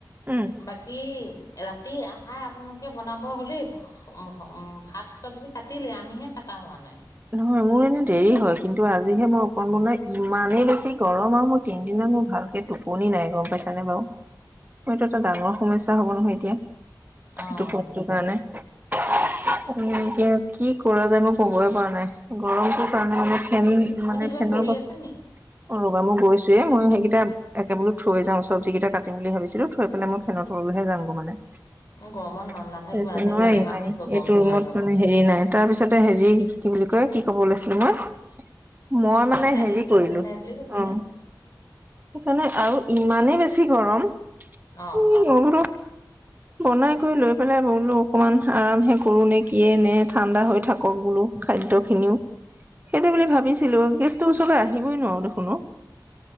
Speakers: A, on the right; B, on the left.
A: উম
B: বাকী ৰাতিৰ আহাৰ আপোনালোকে বনাব হ'লেই সম হম, শাক-চব্জি কাটিলেই। আমিহে কাটা হোৱা নাই।
A: নহয় মোৰ এনে দেৰি হয়। কিন্তু আজিহে মই অকণ মানে ইমানেই বেছি গৰম আও মই তিন দিনমান মোৰ ভালকে টোপনি নাই গম পাইছানে বাও? মো এইটো এটা ডাঙৰ সমস্যা হ'ব নহয় এতিয়া। <unintelligible>
B: অঁ
A: কাৰণে, এতিয়া কি কৰা যায় মই ক'বই পৰা নাই। নাই, গৰমটোৰ কাৰণে মানে ফেন
B: আপুনি
A: মানে
B: কিবা
A: ফেনৰ
B: কৰি
A: ব অ',
B: আছে নি
A: ৰ'বা গৈছোৱে। মই সেইকেইটা একে বোলো থৈ যাওঁ। চব্জি কেইটা কাটিম বুলি ভাবিছিলো। থৈ পেলাই মই ফেনৰ তললৈহে যাম গ' মানে। নোৱাৰি,
B: গৰমত ন নাথাকিব নাথাকিব
A: নোৱাৰি।
B: বেমাৰ হৈ যাব গৰম
A: এইটো
B: সোমাই
A: ৰুমত
B: গ'লে
A: মানে হেৰি নাই। তাৰ পিছতে হেৰি কি বুলি কয়, কি ক'ব ওলাইছিলো মই? মই মানে
B: নহয় ৰাতি
A: হেৰি
B: টোপনি
A: কৰিলোঁ,
B: নাই বুলি কৈছিলে
A: অ' সেইকাৰণে আও ইমানেই বেছি গৰম
B: অ'।
A: <inaudible> বনাই কৰি লৈ পেলাই বোলো অকমান আৰামহে কৰো নে কিয়ে নে ঠাণ্ডা হৈ থাকক বোলো। খাদ্য খিনিও। সেইটো বুলি ভাবিছিলো, গেছটোৰ ওচৰলৈ আহিবই নোৱাৰো দেখোন অ'।